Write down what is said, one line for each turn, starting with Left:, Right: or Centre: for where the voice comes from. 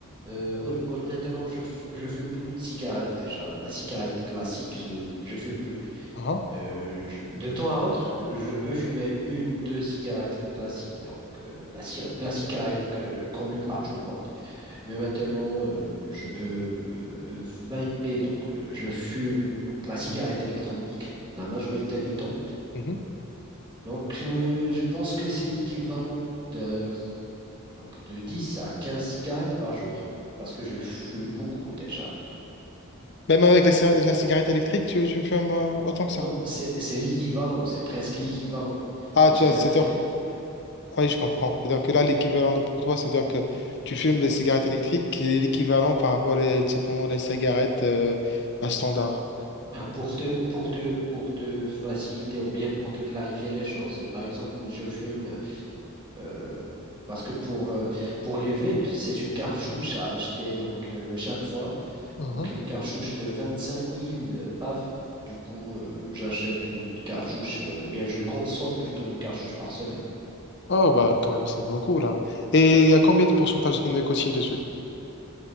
Right: euh, au- au- maintenant je, f- je fume plus de cigarettes déjà. La cigarette classique, je, je fume plus.
Left: Ah,
Right: Euh, je- de temps à autre, je peux fumer une, deux cigarettes classiques, donc euh, la, cir- la cigarette que- connue par tout le monde. Mais maintenant, euh, je peux euh, vaper, donc euh, je fume donc, la cigarette électronique la majorité du temps.
Left: mhm.
Right: Donc, euh, je pense que c'est l'équivalent de, donc, de 10 à 15 cigarettes par jour, parce que je fume beaucoup déjà.
Left: Même avec les cir- la cigarette électrique, tu, tu fumes euh, autant que ça.
Right: Non, c'est c'est l'équivalent, c'est presque l'équivalent,
Left: Ah,
Right: parce
Left: tu as,
Right: que
Left: c'est-à-dire,
Right: euh,
Left: ah oui, je comprends. C'est-à-dire que là, l'équivalent de pour toi, c'est-à-dire que tu fumes les cigarettes électriques, qui est l'équivalent par rapport les, tout simplement les cigarettes euh, à standard.
Right: Ah, Pour te, pour te, pour te faciliter ou bien pour te clarifier les choses, par exemple, je fume euh, parce que pour, euh, pour les vapes, c'est une cartouche à acheter donc euh, chaque fois.
Left: Mhm.
Right: Donc une cartouche de 25 000 euh, paf. Du coup, euh, j'achète une cartouche euh, ou bien je consomme plutôt une cartouche par semaine.
Left: Oh, bah, quand même, c'est beaucoup, là. Et il y a combien de pourcentage de nicotine dessus?